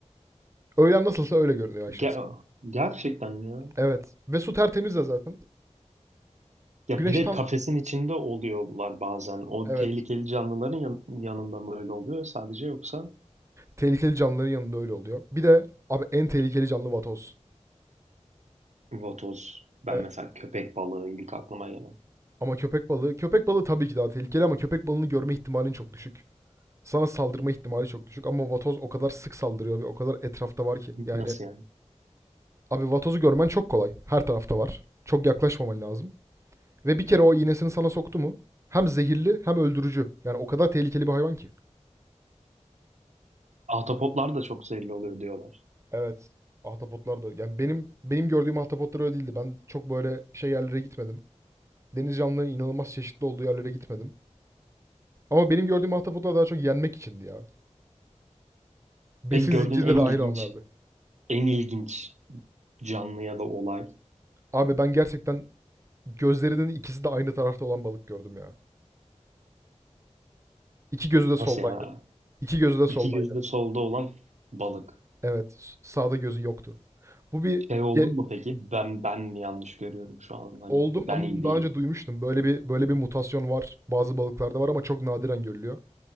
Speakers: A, on the right (about 25°); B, on the right (about 75°).
A: Öğlen nasılsa öyle görünüyor aşağısı.
B: Ger- gerçekten ya.
A: Evet. Ve su tertemiz de zaten.
B: Ya
A: Güneş
B: bir de
A: tam
B: kafesin içinde oluyorlar bazen. O
A: evet.
B: tehlikeli canlıların yan- yanında mı öyle oluyor sadece yoksa
A: Tehlikeli canlıların yanında öyle oluyor. Bir de abi en tehlikeli canlı vatoz.
B: vatoz. Ben
A: Evet.
B: mesela köpek balığı ilk aklıma gelen.
A: Ama köpek balığı, köpek balığı tabii ki daha tehlikeli ama köpek balığını görme ihtimalin çok düşük. Sana saldırma ihtimali çok düşük ama vatoz o kadar sık saldırıyor ve o kadar etrafta var ki. Yani
B: Nasıl yani?
A: abi vatozu görmen çok kolay. Her tarafta var. Çok yaklaşmaman lazım. Ve bir kere o iğnesini sana soktu mu hem zehirli hem öldürücü. Yani o kadar tehlikeli bir hayvan ki.
B: Ahtapotlar da çok zehirli oluyor diyorlar.
A: Evet. Ahtapotlar da. Yani benim benim gördüğüm ahtapotlar öyle değildi. Ben çok böyle şey yerlere gitmedim. Deniz canlılarının inanılmaz çeşitli olduğu yerlere gitmedim. Ama benim gördüğüm ahtapotlar daha çok yenmek içindi ya. Besin
B: Peki gördüğün
A: zincirine
B: en
A: dahil
B: ilginç,
A: olanlardı.
B: en ilginç canlı ya da olay
A: Abi ben gerçekten gözlerinin ikisi de aynı tarafta olan balık gördüm ya. İki gözü de soldaydı.
B: nasıl yani?
A: İki gözü de
B: İki
A: soldaydı.
B: gözde solda olan balık.
A: Evet. Sağda gözü yoktu. Bu bir
B: Şey oldun
A: ge-
B: mu peki? Ben ben mi yanlış görüyorum şu an? Hani
A: Oldum
B: ben
A: ama
B: iyi
A: bunu daha
B: değilim.
A: önce duymuştum. Böyle bir böyle bir mutasyon var. Bazı balıklarda var ama çok nadiren görülüyor.